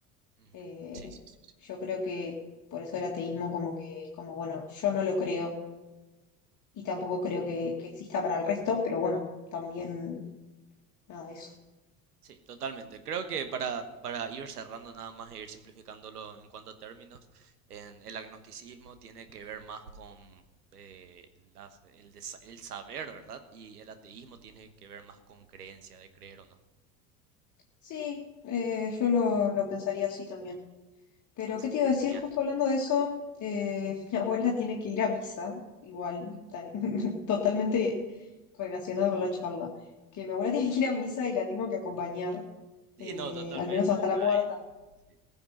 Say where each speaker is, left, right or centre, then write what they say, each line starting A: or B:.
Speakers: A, on the right; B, on the left.
A: ujú,
B: Eh,
A: Sí, sí, sí.
B: yo creo que por eso el ateísmo como que es como, bueno, yo no lo creo y tampoco creo que, que exista para el resto, pero bueno, también nada, eso.
A: Sí, totalmente. Creo que para, para ir cerrando nada más e ir simplificándolo en cuanto a términos, en el agnosticismo tiene que ver más con eh, las- el, desa- el saber, ¿verdad? Y el ateísmo tiene que ver más con creencia, de creer o no.
B: Sí, eh, yo lo, lo pensaría así también. Pero,
A: Así.
B: ¿qué te iba a decir?
A: Genial.
B: Justo hablando de eso, eh, <laughs> mi abuela tiene que ir a misa, igual, tan- <laughs> totalmente relacionado con la charla, que mi abuela <laughs> tiene que ir a misa y la tengo que acompañar,
A: Sí,
B: eh,
A: no, totalmente.
B: al menos hasta la puerta.
A: Ay, sí.